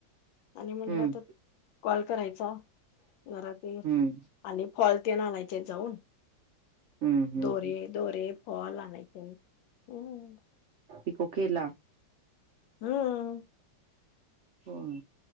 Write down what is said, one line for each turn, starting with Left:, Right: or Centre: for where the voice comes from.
Left: आणि म्हणलं
Right: हम्म
Left: तर कॉल करायचा. घरातली
Right: हम्म
Left: आणि फाॅल ते आणायचेत जाऊन.
Right: हम्म हम्म
Left: दोरे दोरे, फाॅल आणायचे आहेत. हं.
Right: पिको केेला.
Left: हं.
Right: दोन.